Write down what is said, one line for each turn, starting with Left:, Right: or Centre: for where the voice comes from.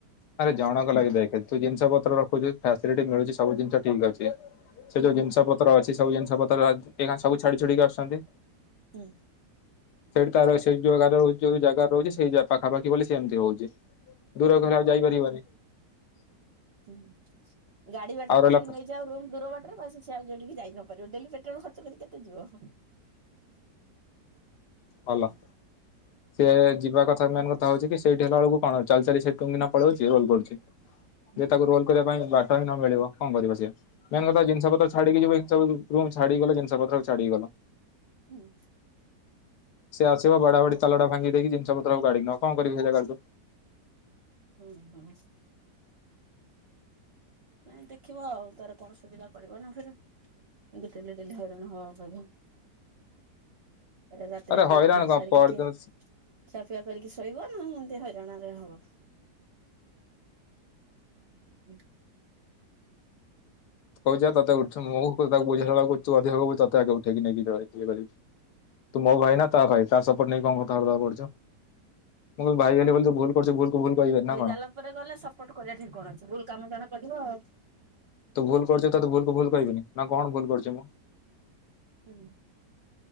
Left: ଆରେ ଜଣକ ଲାଗି ଦେଖ ତୁ ଜିନିଷ ପତ୍ର ରଖୁଚୁ, ଫାସିଲିଟି ମିଳୁଛି ସବୁ ଜିନିଷ ଠିକ ଅଛି। ସେ ଯୋଉ ଜିନିଷ ପତ୍ର ଅଛି, ସବୁ ଜିନିଷ ପତ୍ର ଏଇନା ସବୁ ଛାଡି ଛୁଡିକି ଆସୁଚନ୍ତି।
Right: ହୁଁ।
Left: ସେଠି ତାର ସେଇ ଯୋଉ ଜାଗା ରହୁଚି ସେଇ ପାଖାପାଖି ବୋଲି ସେମିତି ହଉଚି। ଦୂର ଘରେ ଆଉ ଯାଇପାରିବନି।
Right: ହୁଁ ଗାଡି ବାଟ
Left: ଆଉ
Right: କୋଉଠିକି
Left: ରହିଲା
Right: ନେଇଯାଉ ରୁମ୍ ଦୂର ବାଟରେ ବସି ସେ ଆଉ ଯଉଠିକି ଯାଇ ନ ପାରିବ। ଡେଲି ପେଟ୍ରୋଲ ଖର୍ଚ୍ଚ କେତେ ଯିବ?
Left: ଭଲ।
Right: ହୁଁ
Left: ସେ ଯିବା କଥା ମେନ୍‌କଥା ହଉଚି କି ସେଇଠି ହେଲା ବେଳକୁ କଣ ଚାଲି ଚାଲି ସେଇଠି ଟୁଙ୍ଗ କିନା ପଳୋଉଛି ରୋଲ କରୁଚି।
Right: <inaudible>
Left: ଯେ ତାକୁ ରୋଲ୍‌କରିବା ପାଇଁ ବାଟ ହିଁ ନ ମିଳିବ କଁ କରିବ ସେ ମେନ୍ କଥା ଜିନିଷ ପତ୍ର ଛାଡିକି ଯିବି ଏଇ ସବୁ ରୁମ୍ ଛାଡିକି ଗଲ ଜିନିଷ ପତ୍ର ଛାଡିକି ଗଲ।
Right: ଉଁ।
Left: ସେ ଆସିବ ବାଡା ବାଡି ତାଲାଟାକୁ ଭାଙ୍ଗି ଦେଇକି ଜିନଷ ପତ୍ର ସବୁ କାଢିକି ନବ କଅଁ କରିବୁ ସେ ଜାଗାରେ ତୁ?
Right: ଅ ହୁଁ। ନାଇଁ ଦେଖିବା ଆଉ ତାର କଣ ସୁବିଧା କରିବ ନା ଫେରେ ଏମିତି ଡେଲି ଡେଲି ହଇରାଣ ହବା ଅପେକ୍ଷା ରାତିରେ
Left: ଆରେ ହଇରାଣ
Right: ଡ୍ୟୁଟି ଫିଉଟି
Left: କଣ
Right: ସାରିକି
Left: ପରଦିନ
Right: କିଏ ଖିଆପିଆ କରିକି ଶୋଇବ ନା ଏମ୍‌ତି ହଇରାଣ ରେ ହବ। ଉଁ।
Left: କହୁଛି ପା ତତେ ଉଠେ ମୁଁ କୁ ତାକୁ ବୁଝେଇଲା ବେଳକୁ ତୁ ଅଧିକା ଗପୁଚୁ ତତେ ଆଗେ ଉଠେଇକି ନେଇକି ଯ ଇଏ କରିବି। ତୁ ମୋ ଭାଈ ନା ତା ଭାଈ ତା ସପର୍ଟ ନେଇକି କଣ କଥା ବାର୍ତ୍ତା କରୁଚୁ? ମୁଁ କଇଲି ଭାଇ ହେଲି ବୋଲି ତୁ ଭୁଲ୍ ତୋର ସେଇ ଭୁଲ୍‌କୁ ଭୁଲ୍ କହିବେନି ନା
Right: ଲିଗାଲ
Left: କଣ?
Right: ଉପରେ ଗଲେ ସପୋର୍ଟ କରିବା ଠେଇଁ କଣ ଅଛି ଭୁଲ୍‌କାମ ଜଣେ କରିବ ଆଉ
Left: ତୁ ଭୁଲ୍‌ କରିଚୁ ତତେ ଭୁଲ୍ କୁ ଭୁଲ୍‌ କହିବେନି? ନା କଣ ଭୁଲ୍‌ କରିଛି ମୁଁ?
Right: ହୁଁ।